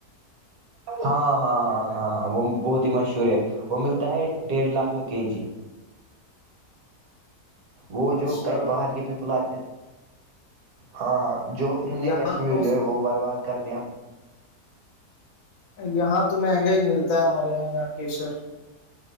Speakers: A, on the right (about 65°); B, on the left (about 65°).
A: ہاں ہاں ہاں ہاں ہاں وہ بہت ہی مشہور ہے وہ ملتا ہے ڈیڑھ لاکھ میں کے جی وہ
B: ماشاء
A: جو کہ
B: اللہ
A: باہر کے پیپل آتے ہیں ہاں ہاں جو انہوں نے
B: یہاں
A: کشمیر
B: تو
A: جو ہے وہ برباد کر دیا
B: یہاں تو مہنگا ہی ملتا ہے ہمارے یہاں یہاں کیشر